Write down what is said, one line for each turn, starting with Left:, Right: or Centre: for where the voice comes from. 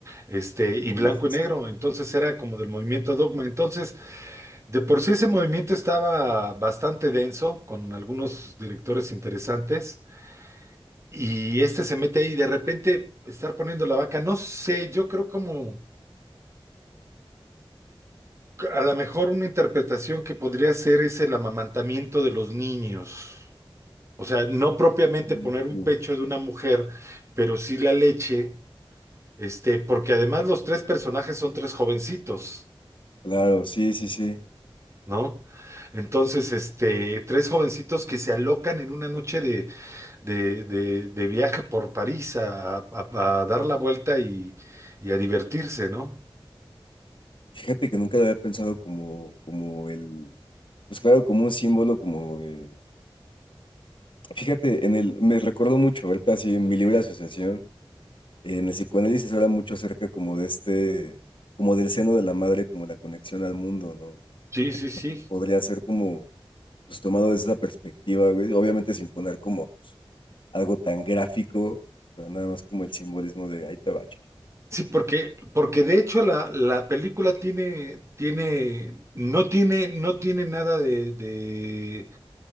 Right: Este, y blanco
Left: sí, sí,
Right: y negro.
Left: sí.
Right: Entonces era como del movimiento Dogma. Entonces, de por sí ese movimiento estaba bastante denso, con algunos directores interesantes, y este se mete ahí y de repente estar poniendo la vaca, no sé, yo creo como que a lo mejor una interpretación que podría ser es el amamantamiento de los niños. O sea, no propiamente
Left: sí,
Right: poner un
Left: sí.
Right: pecho de una mujer, pero sí la leche, este, porque además los tres personajes son tres jovencitos.
Left: Claro, sí, sí, sí.
Right: ¿no? Entonces, este, tres jovencitos que se alocan en una noche de, de, de- de viaje por París a, a- a dar la vuelta y, y a divertirse, ¿no?
Left: Fíjate que nunca lo había pensado como, como el, pues claro, como un símbolo, como de- Fíjate, en el, me recuerdo mucho, ahorita así en mi libre asociación, En el psicoanálisis se habla mucho acerca como de este, como del seno de la madre, como la conexión al mundo, ¿no?
Right: Sí, sí,
Left: Entonces
Right: sí.
Left: podría ser como, pues tomado desde esa perspectiva, güey, obviamente sin poner como pues, algo tan gráfico, pero nada más como el simbolismo de ahí te va, chavo.
Right: Sí, porque, porque de hecho la, la película tiene, tiene, no tiene, no tiene nada de, de,